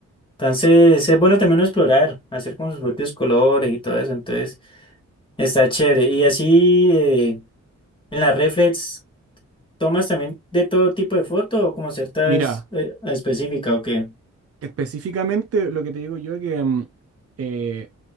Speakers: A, on the left (about 15°); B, on the right (about 50°).
A: Entonces es bueno también uno explorar, hacer como sus propios colores y todo eso, entonces está chévere. Y así eh, en las reflex, ¿tomas también de todo tipo de foto o como ciertas
B: Mira,
A: eh, específicas o qué?
B: específicamente lo que te digo yo es que mm, eh,